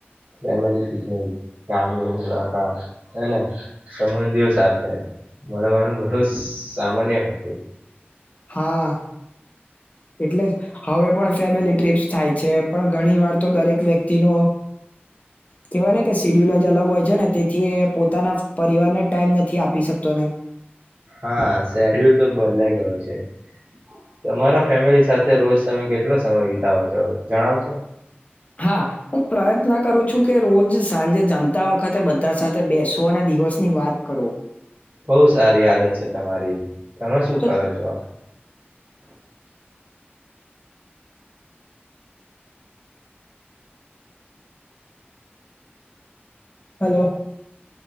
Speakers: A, on the right (about 55°); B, on the left (about 35°).
A: ફેમલી પિકનિક ગામની મુલાકાત અને સંબંધીઓ સાથે મળવાનું ઘણું સામાન્ય હતું.
B: હા એટલે હવે પણ ફેમિલી ટ્ર્રીપ્સ થાય છે પણ ઘણી વાર તો દરેક વ્યક્તિનુ કેવાય ને કે સિડ્યુલ જ અલગ હોય છે ને તેથી પોતાના પરિવારને ટાઈમ નથી આપી શકતો ને
A: હા શેડ્યુલ તો બદલાય ગયો છે તમારા ફેમિલી સાથે રોજ તમે કેટલો સમય વિતાવો છો જણાવશો
B: હા હું પ્રયત્ન કરું છું કે રોજ સાંજે જમતા વખતે બધા સાથે બેસો અને દિવસની વાત કરો
A: બોવ સારી આદત છે તમારી તમે શું
B: તો
A: કરો છો. <inaudible>
B: હલો